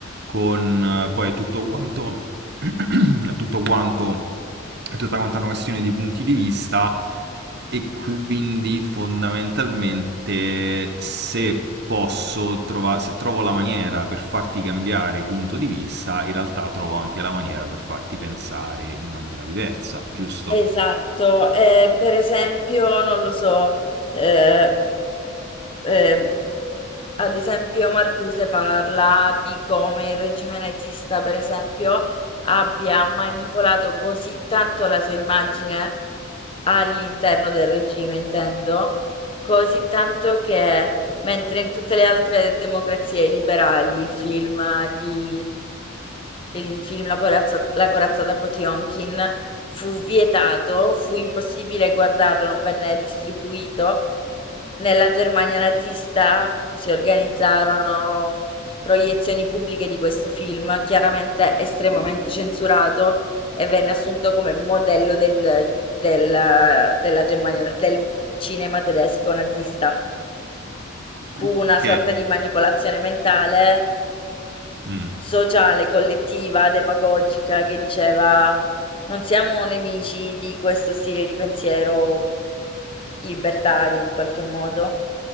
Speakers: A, on the right; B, on the left.
A: con eh, poi è tutto quanto... <clears throat> è tutto quanto... è tutta quanta una questione di punti di vista E quindi fondamentalmente se posso trovare, se trovo la maniera per farti cambiare punto di vista, in realtà trovo anche la maniera per farti pensare in maniera diversa, giusto?
B: Esatto, ehm, per esempio, non lo so, ehm, ehm, ad esempio Marcuse parla di come il regime nazista, per esempio, abbia manipolato così tanto la sua immagine all'interno del regime, intendo, così tanto che mentre in tutte le altre democrazie liberali il film di il film La corazzata, la corazzata Potionkin Fu vietato, fu impossibile guardarlo, non venne distribuito. Nella Germania nazista si organizzarono proiezioni pubbliche di questo film, chiaramente estremamente censurato, e venne assunto come modello del, del- della Germania, del cinema tedesco nazista. Fu
A: Ok.
B: una sorta di manipolazione mentale
A: Mm,
B: sociale, collettiva, demagogica che diceva non siamo nemici di questo stile di pensiero libertario in qualche modo.